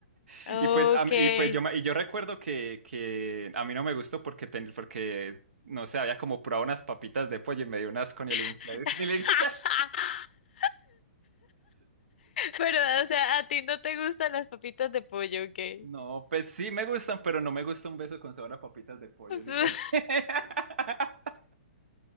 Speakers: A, on the left; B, on the right.
A: Okay.
B: Y pues, a mí- y pues yo, me- y yo recuerdo que, que a mí no me gustó porque, ten- porque no sé, había como probado unas papitas de pollo y me dio un asco ni el infla-
A: <laughs>
B: <laughs> ni el inca-
A: Pero, o sea, a ti no te gustan las papitas de pollo, okay.
B: <laughs> No, pues sí me gustan, pero no me gusta un beso con sabor a papitas de pollo,
A: <laughs>
B: es diferente. <laughs>